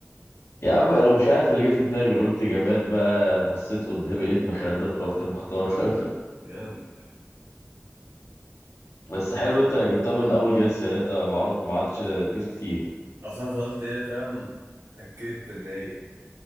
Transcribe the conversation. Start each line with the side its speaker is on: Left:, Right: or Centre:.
Left: يا عم انا مش عارف اللي جه في دماغي قلت جماد بقى بصيت قدامي لقيت مخدة فرحت مختار <laughs>
Right: جامد
Left: بس حلو انت جبتها من اول جس يعني انت معرف ما عادش تجس كتير
Right: أصل أنا فضلت إيه فاهم اتأكدت إن هي